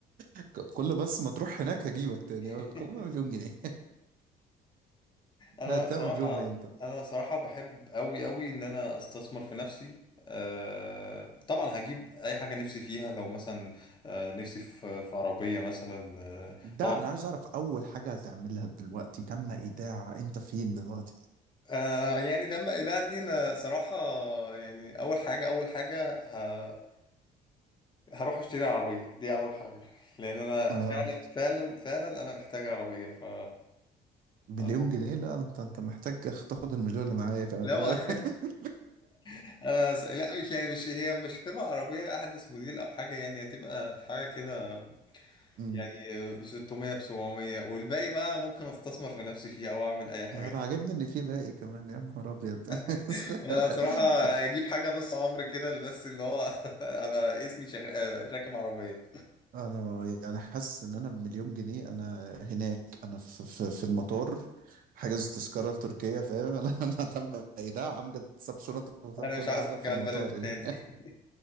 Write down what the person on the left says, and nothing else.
<laughs>
انا
صراحه
انا صراحه بحب قوي قوي ان انا استثمر في نفسي أه طبعا هجيب اي حاجه نفسي فيها لو مثلا أه نفسي في في عربيه مثلا أه
طبعا
آه يعني ده ده دي انا صراحة يعني اول حاجة اول حاجة ه... هروح اشتري عربية دي اول حاجة لان انا
فعلا فعلا فعلا انا محتاج عربية ف
فالموضوع-
لا ما
<laughs> انا ز- لا مش يعني مش هي مش هتبقى عربية احدث موديل او حاجة يعني هتبقى حاجة كده
يعني ب 600 ب 700 والباقي بقى ممكن استثمر في نفسي فيه او اعمل اي حاجة
<laughs>
انا صراحة اجيب حاجة نص عمر كده بس اللي هو <laughs> ابقى اسمي شغ... آه، راكب عربية
انا
مش عايز
ارجع
البلد دي
تاني <laughs>